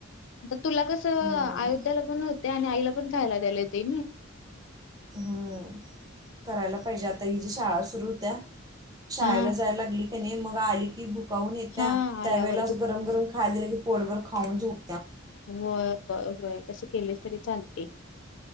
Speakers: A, on the left; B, on the right.
A: तर तुला कसं
B: हम्म.
A: अयोध्याला पण होत. ते आणि आईला पण खायला <unintelligible> त्याले ते
B: हम्म करायला पाहिज्यात आता हि ज्या शाळा सुरू होत्या. शाळेला
A: हा
B: जाय लागली. त्याने मग आली की ब गाऊन येत्या
A: हा
B: त्या
A: आल्यावर
B: वेळेला असं गरम गरम खाय दिलं की, पोडभर खाऊन झोप
A: व होय तस केले तरी चालते